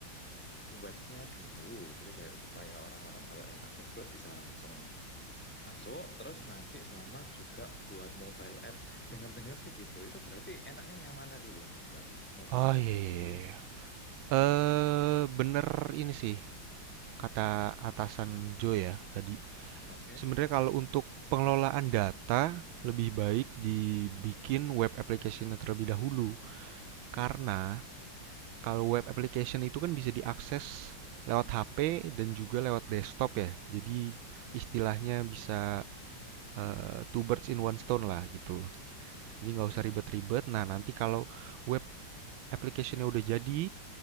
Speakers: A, in the centre; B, on the right (about 85°).
A: webnya dulu, jadi kayak supaya orang-orang kalau yang akses web bisa langsung masuk, terus nanti sama juga buat mobile app. Dengar-dengar sih gitu, itu berarti enaknya yang mana dulu yang dibuat? Mobile
B: Oh
A: app-nya
B: iya iya.
A: dulu
B: iya. Yeah. Eee,
A: Webnya.
B: bener ini sih, kata atasan Joe ya tadi.
A: Oke.
B: Sebenarnya kalau untuk pengelolaan data, lebih baik dibikin web application-nya terlebih dahulu. Karena kalau web application itu kan bisa diakses lewat HP dan juga lewat desktop ya. Jadi istilahnya bisa, eee, two birds in one stone lah gitu. Jadi nggak
A: Mm-mm.
B: usah ribet-ribet. Nah nanti kalau web application-nya udah jadi,